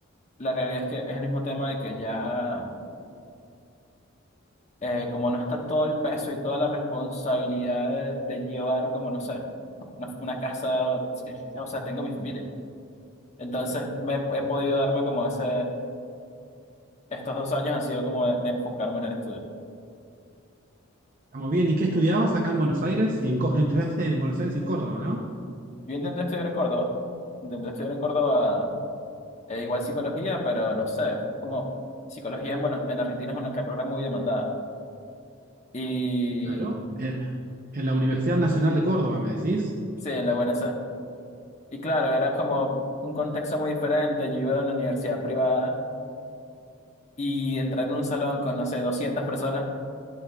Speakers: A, on the left; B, on the right.
A: la realidad es que es el mismo tema de que ya, eh, como no está todo el peso y toda la responsabilidad de, de llevar, como no sé, una, una casa, o, o sea, tengo mi familia. Entonces me, he podido darme como ese, estos dos años han sido como de, de enfocarme en el estudio.
B: Estamos bien. ¿Y qué estudiabas acá en Buenos Aires? Y en, Co- estudiaste en Buenos Aires y en Córdoba, ¿no?
A: Yo intenté estudiar en Córdoba, intenté estudiar en Córdoba Eh, igual psicología, pero no sé, es como psicología en, Buenos- en Argentina es una carrera muy demandada. Y
B: Claro. Eh, en la Universidad Nacional de Córdoba, ¿me decís?
A: sí, en la UNC. Y claro, era como un contexto muy diferente. Yo iba a una universidad privada y entrar en un salón con, no sé, 200 personas,